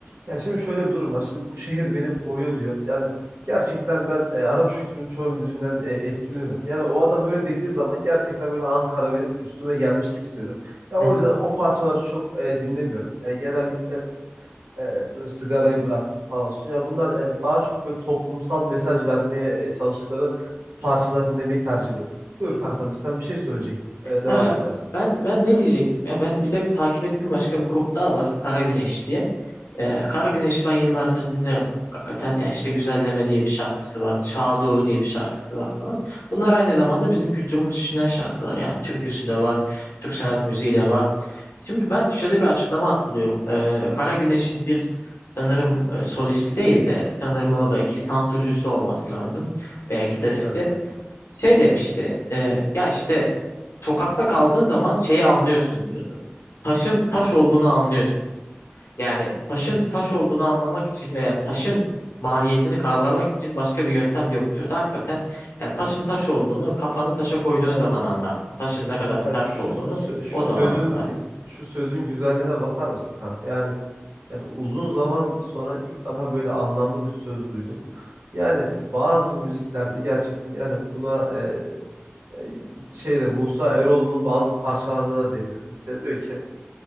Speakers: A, on the right; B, on the left.
A: Ya şimdi şöyle bir durum var. Şimdi bu şehir beni boğuyor diyor. Yani gerçekten ben e, Arap Şükrü'nün çoğu müziğinden e, etkileniyorum. Yani o adam öyle dediği zaman gerçekten böyle Ankara benim üstüme gelmiş gibi hissediyorum. Ya
B: <laughs>
A: o yüzden o parçaları çok e, dinlemiyorum. Yani genellikle E, böyle sigarayı bıraktım falan olsun. Ya bunlar e, daha çok böyle toplumsal mesaj vermeye e, çalıştıkları parçaları dinlemeyi tercih ediyorum. Buyur kankam sen bir şey söyleyecektin. E, devam
B: ha,
A: et istersen.
B: ben ben ne diyecektim ya? Ben bir de takip ettiğim başka bir grup daha var. Kara Güneş diye. Ee, Kara Güneş'i ben yıllardır dinlerim. Hakikaten ya işte Güzelleme diye bir şarkısı var. Şaha Doğru diye bir şarkısı var falan. Bunlar aynı zamanda bizim kültürümüz içinden şarkılar yani. Türküsü de var, Türk sanat müziği de var. Şimdi ben şöyle bir açıklama hatırlıyorum. Ee, Kara Güneş'in bir sanırım e, solisti değil de sanırım oradaki santurcusu olması lazım veya gitaristi.
A: Evet kankam.
B: Şey demişti, e, ya işte sokakta kaldığın zaman şeyi anlıyorsun diyordu. Taşın taş olduğunu anlıyorsun. Yani taşın
A: Evet.
B: taş olduğunu anlamak için veya taşın mahiyetini kavramak için başka bir yöntem yok diyordu. Hakikaten yani taşın taş olduğunu kafanı taşa koyduğun
A: Yani,
B: zaman anlarsın. Taşın ne kadar
A: yani
B: sert
A: şu
B: olduğunu
A: sö- şu
B: o zaman
A: sözün
B: anlarsın.
A: e, şu sözün güzelliğine bakar mısın kanka? Yani yani uzun zaman sonra ilk defa böyle anlamlı bir söz duydum. Yani bazı müziklerde gerçekten yani buna e, e, şeyde Musa Eroğlu'nun bazı parçalarında da diyebiliriz. Mesela diyor ki